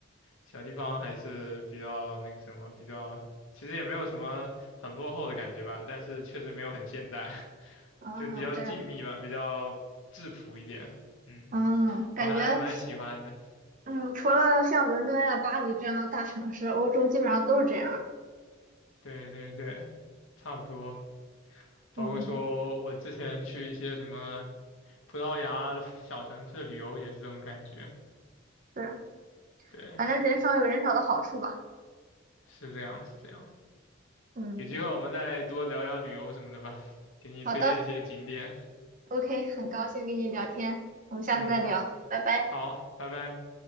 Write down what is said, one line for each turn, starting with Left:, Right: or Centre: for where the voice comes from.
Left: 小地方还是比较那个什么，比较其实也没有什么很落后的感觉吧，但是确实没有很现代，<laughs>
Right: 啊，
Left: 就比较静谧吧，
Right: 这样，
Left: 比较质朴一点。嗯，
Right: 嗯，感觉，
Left: 我还蛮喜欢的。
Right: 嗯，除了像伦敦啊、巴黎这样的大城市，欧洲基本上都是这样的。
Left: 对对对，差不多。包括说我之前去一些什么
Right: 嗯，
Left: 葡萄牙的小城市旅游也是这种感觉。
Right: 是，
Left: 对，
Right: 反正人少有人少的好处吧。
Left: 是这样，是这样。
Right: 嗯，
Left: 有机会我们再多聊聊旅游什么的吧，给你推荐一些景点。
Right: 好的。OK，很高兴跟你聊天，我们下次再聊，
Left: 嗯，
Right: 拜拜。
Left: 好，拜拜。